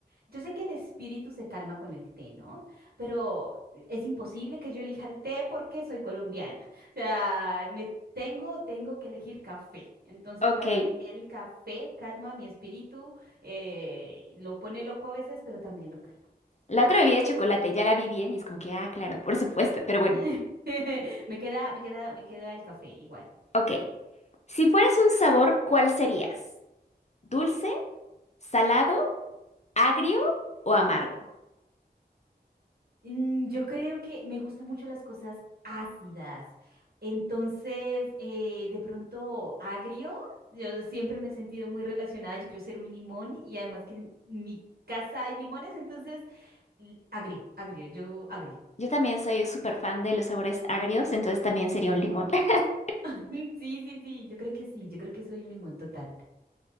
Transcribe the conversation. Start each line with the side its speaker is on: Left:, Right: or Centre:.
Right: yo sé que el espíritu se calma con el té, ¿no? Pero es imposible que yo elija el té porque soy colombiana. O sea, me tengo, tengo que elegir café. Entonces,
Left: Ok,
Right: para mí, el café calma mi espíritu, eh, lo pone loco a veces, pero también lo calma.
Left: la otra bebida de chocolate, ya la vi bien y es como que, ah, claro, por supuesto, pero bueno,
Right: <laughs> Me queda, me queda, me queda el café igual.
Left: ok. Si fueras un sabor, ¿cuál serías? ¿Dulce, salado, agrio o amargo?
Right: Mm, Yo creo que me gustan mucho las cosas ácidas. Entonces, eh, de pronto, agrio, yo siempre me he sentido muy relacionada. Yo quiero ser un limón y además que en mi casa hay limones, entonces, l- agrio, agrio, yo agrio.
Left: Yo también soy súper fan de los sabores agrios, entonces también sería un limón. <laughs>
Right: <laughs> Sí, sí, sí, yo creo que sí, yo creo que soy un limón total.